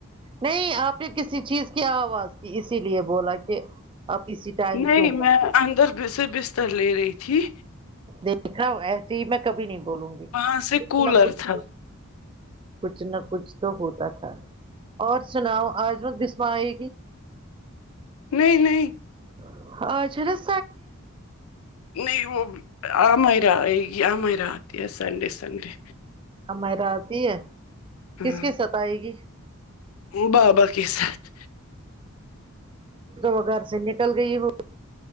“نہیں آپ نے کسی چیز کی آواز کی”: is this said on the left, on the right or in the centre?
Right